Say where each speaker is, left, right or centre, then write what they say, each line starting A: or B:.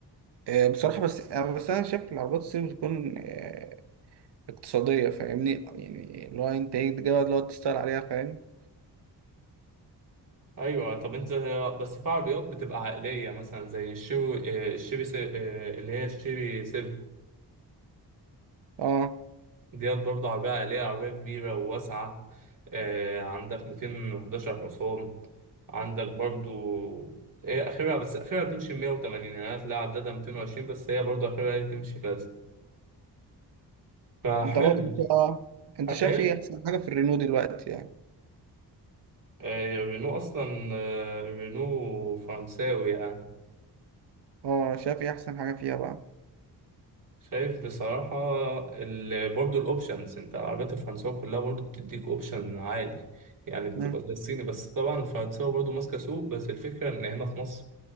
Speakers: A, on the right (about 80°); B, on the right (about 50°).
A: آه بصراحة بس آه بس أنا شايف العربيات الصيني بتكون آه اقتصادية فاهمني يعني اللي هو أنت إيه تجيبها اللي هو تشتغل عليها فاهم
B: ايوه طب انت بس في عربيات بتبقى عائليه مثلا زي الشيري آه، الشيري سي- آه، اللي هي الشيري 7
A: اه
B: ديت برضه عربيه عائليه عربيه كبيره وواسعه آه، عندك 211 حصان عندك برضه هي اخرها بس اخرها تمشي 180 يعني أنا هتلاقي عدادها 220 بس هي برضه اخرها هي تمشي كذا فحلو
A: انت بقى انت انت
B: <laughs>
A: شايف
B: ايه
A: ايه احسن حاجه في الرينو دلوقتي يعني
B: آه، رينو اصلا آه، رينو فرنساوي يعني
A: اه شايف ايه احسن حاجه فيها بقى
B: شايف بصراحة ال... برضه الأوبشنز أنت العربيات الفرنساوي كلها برضه بتديك أوبشن عالي يعني بتبقى
A: مم.
B: زي الصيني بس طبعا الفرنساوي برضه ماسكة سوق بس الفكرة إن هنا في مصر